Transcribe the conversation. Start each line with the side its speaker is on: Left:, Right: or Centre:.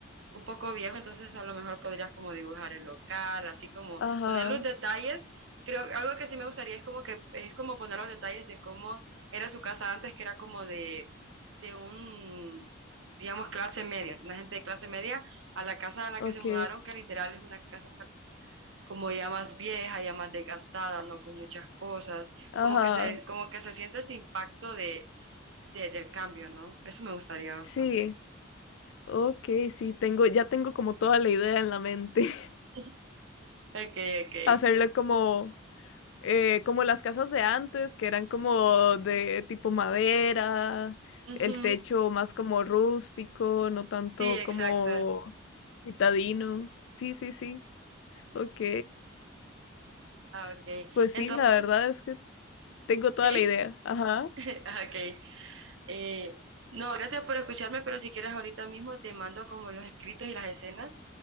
Right: un poco viejo, entonces a lo mejor podrías como dibujar el local, así como
Left: ajá,
Right: poner los detalles. Creo algo que sí me gustaría es como que es como poner los detalles de cómo era su casa antes, que era como de de un, digamos, clase media, una gente de clase media, a la casa a la
Left: ok,
Right: que se mudaron, que literal es una casa como ya más vieja, ya más desgastada, no con muchas cosas,
Left: ajá,
Right: como que se, como que se siente ese impacto de, de- del cambio, ¿no? Eso me gustaría bastante.
Left: sí. Ok, sí, tengo, ya tengo como toda la idea en la mente.
Right: <laughs> okay
Left: <laughs>
Right: okay
Left: Hacerlo como, eh, como las casas de antes, que eran como de tipo madera,
Right: Ujú,
Left: el techo más como rústico, no tanto
Right: Sí, exacto.
Left: como citadino. Sí, sí, sí. Ok.
Right: Ah, okay
Left: Pues
Right: Entonces,
Left: sí, la verdad es que tengo
Right: ¿sí?
Left: toda la idea. Ajá.
Right: <laughs> ah, okay Eh, no, gracias por escucharme, pero si quieres ahorita mismo te mando como los escritos y las escenas